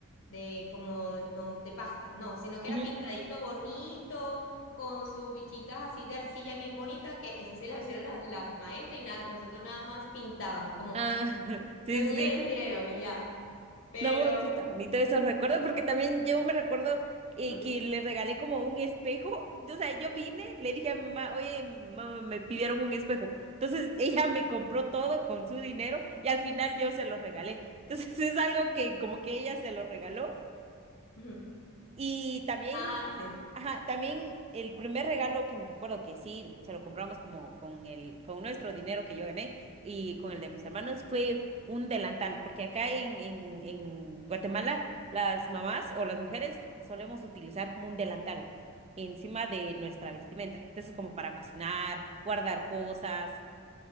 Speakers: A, on the left (about 65°); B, on the right (about 30°).
A: de como de- no de pastas, no, sino que
B: ujú.
A: era pintadito bonito, con sus bichitas así de arcilla bien bonita, que eso sí las hicieron la- las maestras y nada, nosotros nada más pintábamos, como
B: Ah, <laughs> sí,
A: los niños
B: sí,
A: lo hicieron y ya. Pero,
B: No, sí está bonito esos recuerdos, porque también yo me recuerdo eh,
A: ¿Mm?
B: que le regalé como un espejo. O sea, yo vine, le dije a mi mamá, oye, mi mamá, me pidieron un espejo. Entonces <laughs> ella me compró todo con su dinero y al final yo se lo regalé. Entonces <laughs> es algo que como que ella se lo regaló
A: Ujú.
B: y también,
A: Ah, sí.
B: ajá, también el primer regalo que me recuerdo que sí se lo compramos como con el, con nuestro dinero que yo gané y con el de mis hermanos fue un delantal, porque acá en, en, en Guatemala las mamás o las mujeres solemos utilizar como un delantal encima de nuestra vestimenta. Entonces, como para cocinar, guardar cosas.